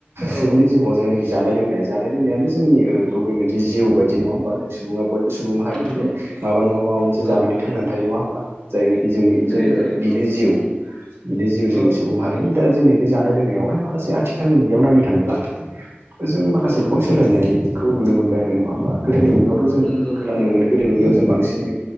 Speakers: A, on the right; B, on the left.
A: सुबुंनि
B: औ
A: जिउआव जायनाखि जानाय लोंनाय जानाय लोंनायानो जोंनि गुबै मोनसे जिउ बायदि नङा होमबा जों सुबुङा बय सुबुं माहारियानो
B: नंगौ
A: माबा नङा माबा मोनसे जानानै
B: ओ
A: थांनानै थायो नङा होमबा जायनो जोंनि जोंनो
B: थायो थायो
A: बिनो जिउ बिनो जिउ जोंनि
B: औ
A: सुबुं माहारिनि दा जोंनि बे जानाय लोंनायावहाय माखासे आथिखालनि मुगायाव नायनो थाङोब्ला जों
B: औ औ
A: जों गोबां सोलायनायखौ नुनो मोनबाय आरो नङा होमबा गोदोनि मुगायावथ' जों
B: नंगौ
A: खोनानो
B: नंगौ
A: मोनो गोदो मुगायाव जों बांसिन दिनै